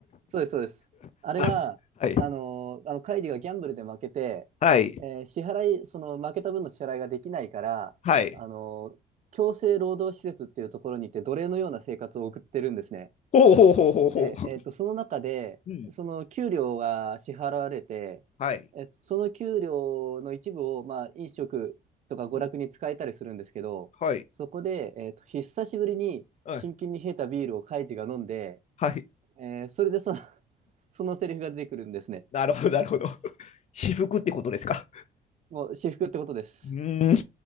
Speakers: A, on the right; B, on the left.
A: そうです、そうです。
B: <laughs>
A: あれは、
B: あはい、
A: あのーあの、カイリがギャンブルで負けて、
B: はい、
A: えー支払い、その負けた分の支払いができないから、
B: はい。
A: あのー強制労働施設っていうところに行って奴隷のような生活を送ってるんですね。
B: ほうほうほうほうほう。
A: で、えっと、その中で、
B: うん。
A: その給料が支払われて、
B: はい。
A: え、その給料の一部を、まあ、飲食とか娯楽に使えたりするんですけど、
B: うん。はい。
A: そこで、えっと、久しぶりにキンキンに冷えたビールをカイジが飲んで、
B: はい。はい。
A: えーそれでその、<laughs> そのセリフが出てくるんですね。
B: <laughs> なるほど、なるほど。<laughs> 私服ってことですか。
A: もう私服ってことです。
B: うーん。